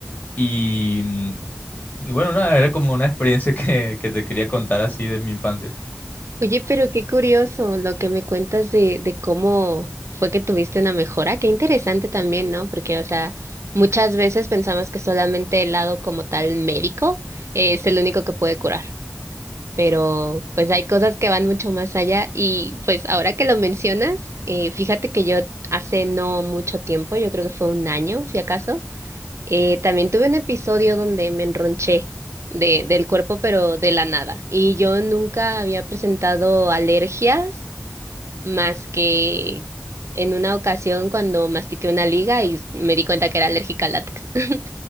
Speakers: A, on the left; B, on the right.
A: Y, mm, y bueno, nada, era como una experiencia que, que te quería contar así de mi infancia.
B: Oye, pero qué curioso lo que me cuentas de, de cómo fue que tuviste una mejora. Qué interesante también, ¿no? Porque, o sea, muchas veces pensamos que solamente el lado como tal médico eh, es el único que puede curar. Pero, pues hay cosas que van mucho más allá. Y, pues, ahora que lo mencionas, eh, fíjate que yo hace no mucho tiempo, yo creo que fue un año, si acaso. Eh, también tuve un episodio donde me enronché de, del cuerpo, pero de la nada. Y yo nunca había presentado alergias más que en una ocasión cuando mastiqué una liga y me di cuenta que era alérgica al látex. <laughs>